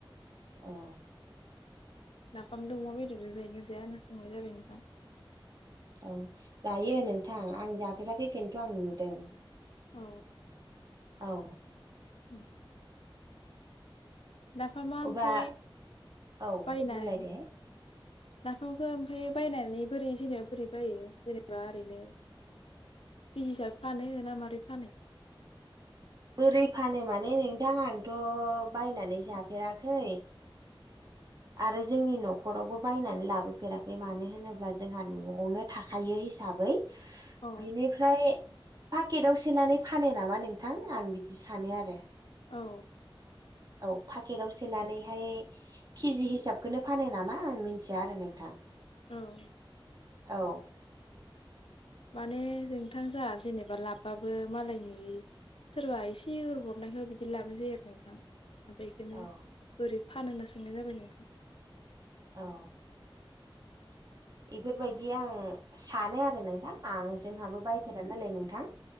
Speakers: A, on the right (about 45°); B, on the left (about 85°).
A: ओ।
B: नाफामदो अमा बेदरजों जायोना जाया होनना सोंनाय जादो?
A: औ जायो नोंथां आं जाफेराखै खिन्थु आं नुदों।
B: औ।
A: औ।
B: <unintelligible> नाफामा
A: अब्ला
B: ओमफाय
A: औ
B: बायनाय
A: बुंलाय दे
B: नाफामखौ ओमफ्राय बायनानै बोरै जेनेबा बोरै बायो जेनेबा ओरैनो केजिसाब फानो ना मारै फानो?
A: बोरै फानो माने नोंथां आंथ' बायनानै जाफेराखै। आरो जोंनि न'खरावबो बायनानै लाबोफेराखै मानो होनोब्ला जोंहा न'आवनो थाखायो हिसाबै
B: अ
A: बिनिफ्राय पाकेटाव सोनानै फानो नामा नोंथां? आं बिदि सानो आरो।
B: औ।
A: औ पाकेटआव सोनानैहाय किजि हिसाबखोनो फानो नामा आं मिन्थिया आरो नोंथां।
B: औ
A: औ।
B: माने नोंथां जोहा जेनेबा लाबबाबो मालायनि सोरबा एसे हरनायखौ बिदि लाबनाय जायो आरो नोंथां। ओमफ्राय इखोनो
A: औ
B: बोरै फानो होनना सोंनाय जाबाय नोंथां।
A: औ। इफोरबायदि आं सानो आरो नोंथां आं जोंहाबो बायफेरा नालाय नोंथां।